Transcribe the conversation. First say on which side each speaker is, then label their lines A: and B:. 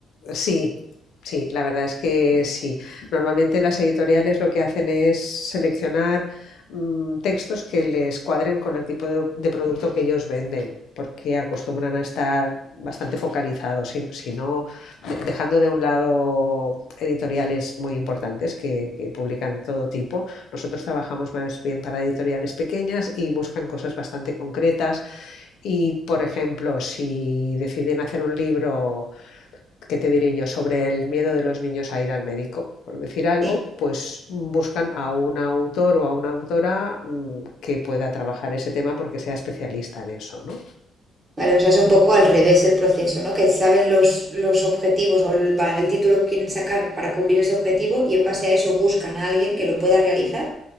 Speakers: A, on the left (about 75°); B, on the right (about 30°).
A: Sí, sí, la verdad es que sí. Normalmente las editoriales lo que hacen es seleccionar mm, textos que les cuadren con el tipo de, de producto que ellos venden, porque acostumbran a estar bastante focalizados, si, si no, de- dejando de un lado editoriales muy importantes que, que publican todo tipo. Nosotros trabajamos más bien para editoriales pequeñas y buscan cosas bastante concretas y, por ejemplo, si deciden hacer un libro ¿qué te diré yo? Sobre el miedo de los niños a ir al médico, por decir algo,
B: Sí.
A: pues buscan a un autor o a una autora mm, que pueda trabajar ese tema porque sea especialista en eso, ¿no?
B: Vale, o sea, es un poco al revés el proceso, ¿no? Que saben los, los objetivos o el, va- el título que quieren sacar para cubrir ese objetivo y en base a eso buscan a alguien que lo pueda realizar.